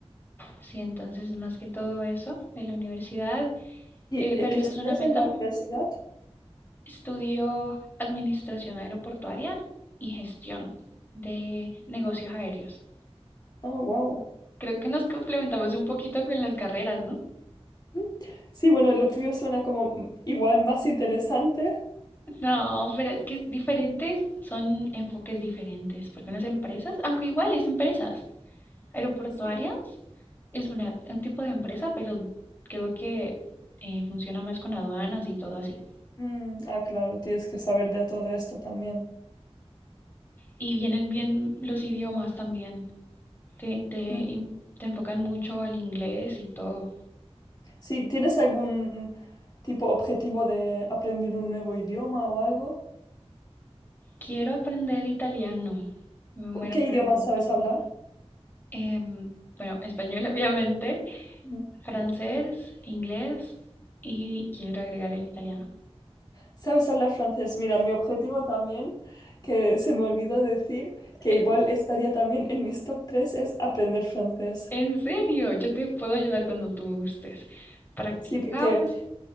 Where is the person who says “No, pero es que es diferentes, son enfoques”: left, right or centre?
Left